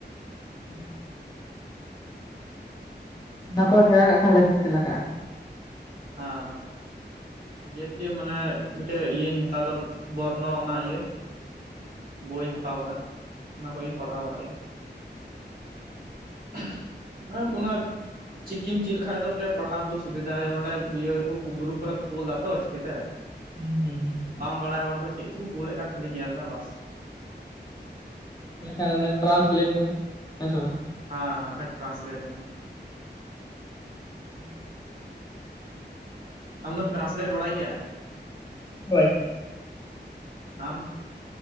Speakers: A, on the left (about 20°); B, on the right (about 50°).
A: <unintelligible> ᱚᱱᱟ ᱠᱚ ᱥᱮᱬᱟ ᱠᱟᱜ ᱠᱷᱟᱱᱟ ᱞᱟᱹᱠᱛᱤ ᱠᱚ ᱞᱟᱜᱟᱜᱼᱟ
B: ᱦᱟᱸ ᱦᱟᱸ ᱱᱤᱡᱮ ᱛᱤᱜᱤ ᱢᱟᱱᱮ ᱢᱤᱫᱴᱮᱡ ᱤᱭᱟᱹᱧ ᱦᱟᱛᱟᱣ ᱮᱫᱟ ᱵᱚᱨᱱᱚ ᱚᱱᱟ ᱤᱭᱟᱹ ᱵᱳᱭᱤᱧ ᱦᱟᱛᱟᱣ ᱠᱟᱫᱟ ᱚᱱᱟ ᱠᱚᱜᱤᱧ ᱯᱟᱲᱦᱟᱣ ᱵᱟᱲᱟᱜ ᱜᱮᱭᱟ <unintelligible> ᱚᱱᱟ ᱪᱤᱠᱤᱢ ᱪᱤᱫ ᱞᱮᱠᱷᱟᱡ ᱫᱚ ᱛᱮ ᱯᱟᱲᱦᱟᱣ ᱠᱚ ᱥᱩᱵᱤᱫᱟ ᱦᱩᱭᱩ ᱚᱸᱰᱮ ᱤᱭᱟᱹ ᱠᱩ ᱜᱨᱩᱨᱩᱯ ᱠᱚᱨᱮ ᱠᱩ ᱠᱳᱞ ᱫᱟᱛᱚ ᱪᱤᱠᱤᱛᱮ
A: ᱦᱩᱸ ᱦᱩᱸ ᱦᱩᱸ
B: ᱵᱟᱲᱟᱭ ᱦᱚᱲ ᱫᱚ ᱪᱮᱫ ᱪᱚ ᱠᱚ ᱠᱩᱞᱮᱫ ᱠᱟᱱ ᱠᱷᱟᱹᱞᱤ ᱧᱮᱞ ᱢᱮ ᱵᱟᱥ
A: ᱢᱟ ᱛᱷᱟᱞᱮ ᱴᱨᱟᱱᱥ ᱞᱮᱴ ᱢᱮ ᱦᱮᱸ ᱥᱮ ᱵᱟᱝ
B: ᱦᱟᱸ ᱦᱟᱸ ᱴᱨᱟᱱᱥ ᱞᱮᱴ ᱢᱮ
A: ᱦᱩᱸ
B: ᱟᱢ ᱫᱚᱢ ᱴᱨᱟᱱᱥᱞᱮᱴ ᱵᱟᱲᱟᱭ ᱜᱮᱭᱟ
A: ᱦᱳᱭ
B: ᱟᱢ